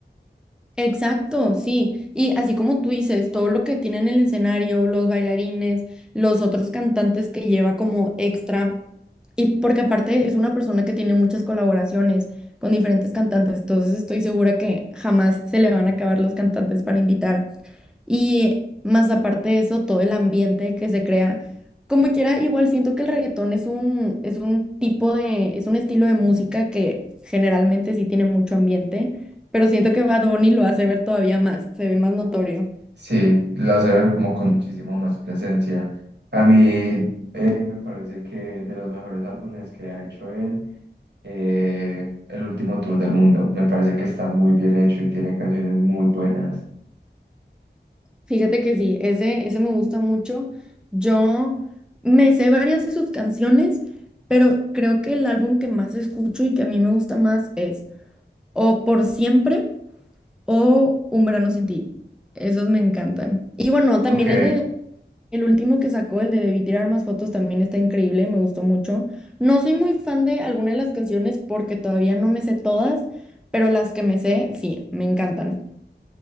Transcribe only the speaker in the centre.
Exacto, sí. Y así como tú dices, todo lo que tiene en el escenario, los bailarines, los otros cantantes que lleva como extra. Y porque aparte es una persona que tiene muchas colaboraciones con diferentes cantantes, entonces estoy segura que jamás se le van a acabar los cantantes para invitar. Y más aparte de eso, todo el ambiente que se crea. Como quiera, igual siento que el reggaetón es un, es un tipo de, es un estilo de música que generalmente sí tiene mucho ambiente, pero siento que Bad Bunny lo hace ver todavía más, se ve más notorio.
Fíjate que sí, ese, ese me gusta mucho. Yo me sé varias de sus canciones, pero creo que el álbum que más escucho y que a mí me gusta más es O Por Siempre o Un verano sin ti. Esos me encantan. Y bueno, también
el de el último que sacó, el de Debí tirar más fotos, también está increíble, me gustó mucho. No soy muy fan de alguna de las canciones porque todavía no me sé todas, pero las que me sé, sí, me encantan.